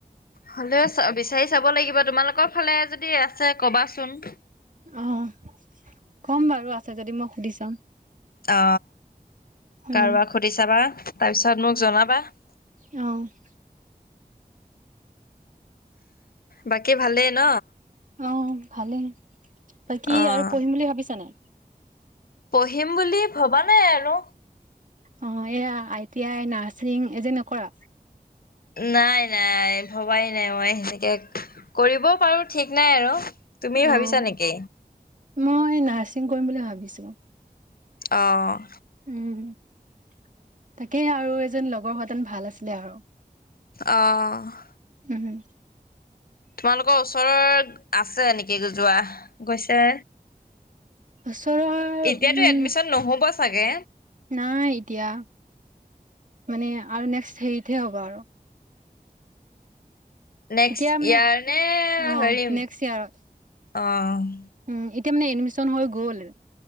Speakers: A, on the left; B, on the right.
A: হ'লেও বিচাৰি চাব লাগিব। তোমালোকৰ ফালে যদি আছে কবা চোন? <inaudible>
B: অঁ! ক'ম বাৰু আছে যদি মই সুধি চাম। <inaudible>
A: অ!
B: উম,
A: কাৰোবাক সুধি চাবা তাৰপিছত মোক জনাবা। <unintelligible>
B: অঁ! <unintelligible>
A: বাকী ভালেই ন।
B: অঁ ভালেই, বাকী
A: অ',
B: আৰু পঢ়িম বুলি ভাবিছা নাই।
A: পঢ়িম বুলি ভবা নাই আৰু।
B: অঁ এইয়া আই টি আই নাৰ্ছিং এ যে নকৰা?
A: নাই নাই ভবাই নাই মই সেনেকে, কৰিবও পাৰো ঠিক নাই আৰু। তুমি
B: অ',
A: ভাবিছা নেকি?
B: মই নাৰ্ছিং কৰিম বুলি ভাবিছো।
A: অঁ'
B: উম' তাকেই আৰু এজনী লগৰ হোৱাহেতেন ভাল আছিলে আৰু।
A: অঁ'
B: উহুম'
A: তোমালোকৰ ওচৰৰ আছে নেকি যোৱা গৈছে।
B: ওচৰৰ-
A: এতিয়াতো
B: উম
A: এডমিশন নহ'ব চাগে।
B: নাই এতিয়া, মানে আৰু নেক্সট হেৰিতহে হ'ব আৰু।
A: নেক্স
B: এতিয়া মানে
A: ইয়াৰ নে
B: অ
A: হেৰিম
B: নেক্সট ইয়াৰত
A: অঁ'
B: উম' এতিয়া মানে এডমিশন হৈ গ'ল।